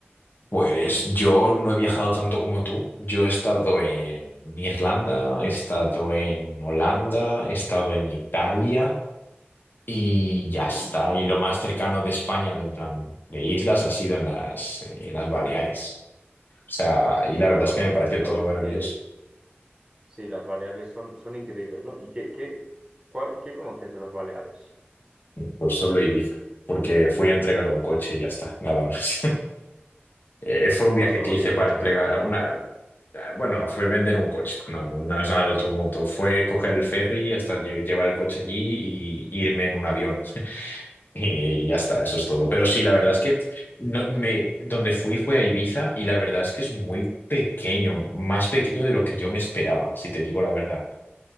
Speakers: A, on the left (about 50°); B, on the right (about 15°).
A: Pues yo no he viajado tanto como tú. Yo he estado en Irlanda, he estado en Holanda, he estado en Italia y ya
B: Ujú.
A: está. Y lo más cercano de España, de en plan de islas, ha sido en las, en las Baleares. O sea, y
B: Sí,
A: la verdad
B: las
A: es que
B: Baleares,
A: me parece todo
B: la verdad
A: maravilloso.
B: es que sí, las Baleares son, son increíbles, ¿no? ¿Y qué, qué, cuál- qué conoces de las Baleares?
A: Pues solo Ibiza, porque fui a entregar un coche y ya está, nada más. Eh, fue un
B: Bueno,
A: viaje que
B: oye,
A: hice
B: es
A: para
B: buena experiencia,
A: entregar
B: ¿no?
A: una... Bueno, fue vender un coche, no, no es nada del otro mundo. Fue coger el ferry hasta lle- llevar el coche allí y irme en un avión. <laughs> Y ya está, eso es todo. Pero sí, la verdad
B: Ujú.
A: es que no, me, donde fui fue a Ibiza y la verdad es que es muy pequeño, más pequeño de lo que yo me esperaba, si te digo la verdad.